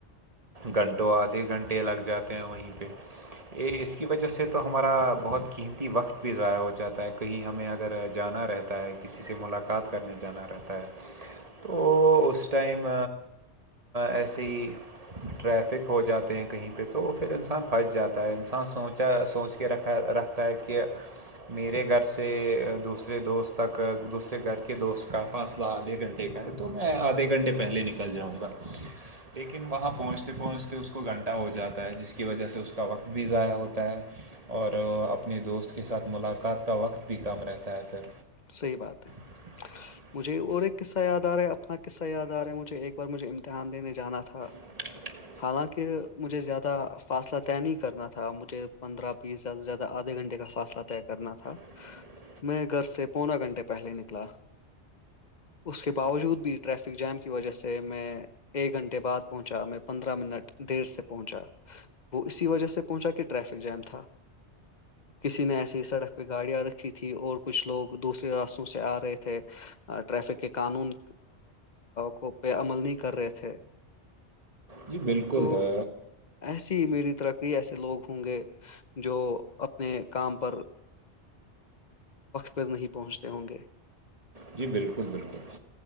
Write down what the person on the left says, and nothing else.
صحیح بات ہے
مجھے اور ایک قصہ یاد آارا ہے اپنا قصہ د آار ہےجھے ایک بار مجھے امتحان دینے جانا تھا
حالانکہ مجھے زیادہ فاصلہ طے نہیں کرنا تھا مجھے پندرہ بیسیا سے زیادہ آدھے گھنٹے کا فاصلہ طے کرنا تھا
میں گھر سے پونا گھنٹے پہلے نکلا اس کے باوجود بھی ٹریفک جام کی وجہ سے میں ایک گھنٹے بعد پہنچا میں پندرہ منٹ دیر سے پہنچا وہ اسی وجہ سے پہنچا کہ ٹریفک جیم تھا کسی نے ایسی ہی سڑک پہ گاڑیاں رکھی تھی اور کچھ لوگ دوسرے راستوں سے آ رہے تھے ٹریفک کے قانون کو پہ عمل نہیں کر رہے تھے
تو ایسی میری طرحئی ایسے لوگ ہوں گے جو اپنے کام پر پھر نہیں پہنچتے ہوں گے